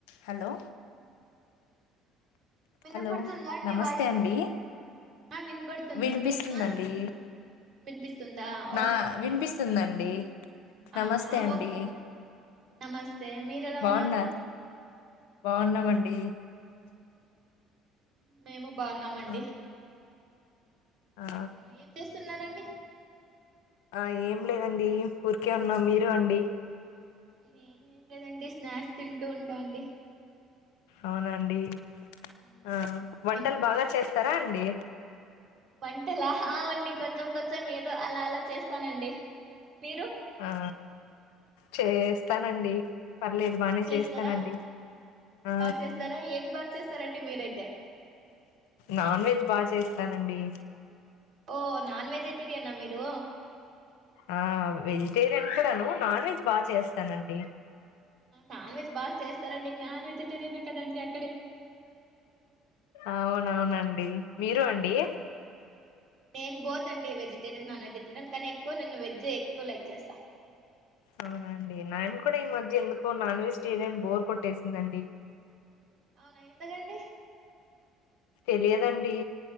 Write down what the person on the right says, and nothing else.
వినపడుతుందా
అండి
వాయిస్
ఆ వినపడుతుంది
మీ నాది వినిపిస్తుందా
ఓకే
అవునా
ఓకే నమస్తే మీరెలా
ఉన్నారు
మేము బాగున్నామండి
అవును ఏం చెస్ తున్నారండి
నేను ఏం లేదంటే స్నాక్స్ తింటూ ఉంటా అండి
మ్మ్.
ఏం
వంటలా అవన్నీ కొంచెం కొంచెం ఏదో అలా అలా చేస్తానండి మీరు
చేస్తారా
బాగా చేస్తారా ఏది బాగా చేస్తారండి మీరైతే
ఓ నాన్ వెజిటేరియన్ మీరు
నాన్ వెజ్ బాగా చేస్తారండి నాన్ వెజిటేరియనే కదండి అ
నేను బోత్ అండి వెజిటేరియన్ నాన్ వెజిటేరియన్ కానీ ఎక్కువ నన్ను వెజ్జే ఎక్కువ లైక్ చేస్తా
అవునా ఎందుగండి